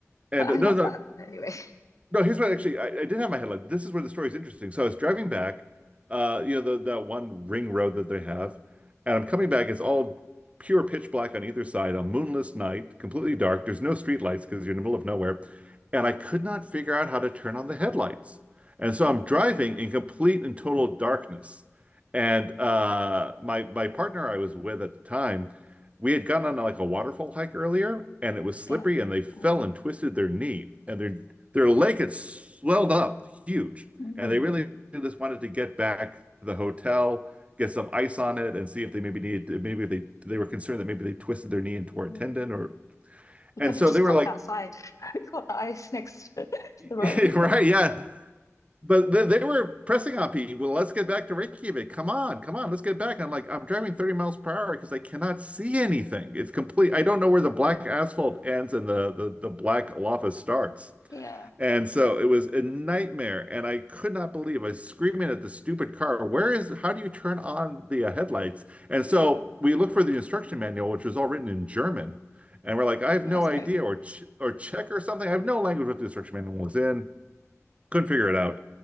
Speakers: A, on the right; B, on the left.
A: And
B: But I
A: uh, no,
B: love
A: no,
B: that anyway. <laughs>
A: no, here's what actually I, I did have my headline. This is where the story's interesting. So I was driving back, uh, you know, the that one ring road that they have, and I'm coming back. It's all pure pitch black on either side, a moonless night, completely dark. There's no street lights because you're in the middle of nowhere. And I could not figure out how to turn on the headlights. And so I'm driving in complete and total darkness. And uh my my partner I was with at the time, we had gone on like a waterfall hike earlier, and it was slippery,
B: Yeah.
A: and they fell
B: Oh,
A: and twisted their knee, and their their lake had swelled up huge,
B: Mm,
A: and they really just wanted to get back to the hotel, get some ice on it, and see if they maybe needed maybe if they they were concerned that maybe they twisted their knee and tore
B: yeah.
A: a tendon or
B: You
A: and
B: could
A: so
B: have just
A: they were
B: popped
A: like,
B: outside. Got <laughs> the ice next <laughs> to, to
A: <laughs>
B: the road.
A: right, yeah. But they, they were pressing on me. Well, let's get back to Reykjavik. Come on, come on, let's get back. And I'm like, I'm driving 30 miles per hour because I cannot see anything. It's complete. I don't know where the black asphalt ends and the the, the black lava starts.
B: Yeah.
A: And so it was a nightmare, and I could not believe I was screaming at the stupid car, where is, how do you turn on the uh, headlights? And
B: Yeah.
A: so we looked for the instruction manual, which was all written in German. And we're like, I have
B: No,
A: no
B: that's great.
A: idea, or ch or Czech or something. I have no language what the instruction manual was in. Couldn't figure it out.